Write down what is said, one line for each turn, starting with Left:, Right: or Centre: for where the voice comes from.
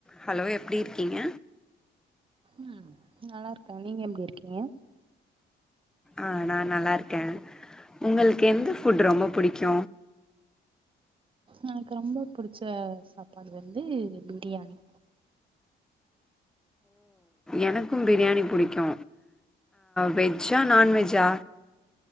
Centre: hello எப்டி இருக்கீங்க
Right: ம் நல்லாருக்க நீங்க எப்டி இருக்கீங்க
Centre: ஆ நா நல்லாருக்கே உங்களுக்கு எந்த ஃபுட் ரொம்ப புடிக்கு
Right: எனக்கு ரொம்ப புடிச்ச சாப்பாடு வந்து பிரியாணி
Centre: எனக்கு பிரியாணி புடிக்கு வெஜ்ஜா நான்வெஜ்ஜா